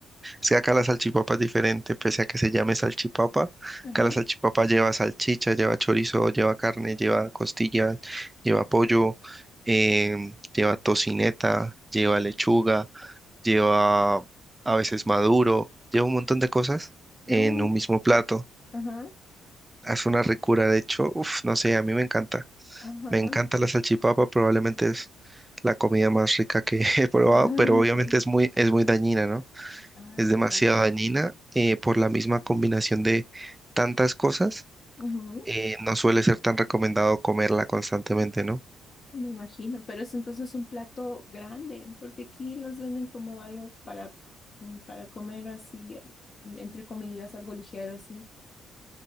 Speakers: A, on the right; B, on the left.
A: Es que acá la salchipapa es diferente, pese a que se llame salchipapa.
B: Ajá,
A: Acá la salchipapa lleva salchicha, lleva chorizo, lleva carne, lleva costilla, lleva pollo, em, lleva tocineta, lleva lechuga, lleva a veces maduro, lleva un montón de cosas en
B: Uh,
A: un mismo plato.
B: ajá,
A: Es una ricura, de hecho, uf, no sé, a mí me encanta.
B: ajá.
A: Me encanta
B: <laughs>
A: la salchipapa, probablemente es la comida más rica que <laughs> he probado,
B: Ah,
A: pero obviamente
B: ok,
A: es muy, es muy dañina, ¿no?
B: ah,
A: es demasiado
B: ya.
A: dañina eh, por la misma combinación de tantas cosas.
B: Ujú.
A: eh, no suele ser tan recomendado comerla constantemente, ¿no?
B: Me imagino, pero es entonces un plato grande, porque aquí los venden como algo para, mm, para comer así, eh, entre comidas, algo ligero así.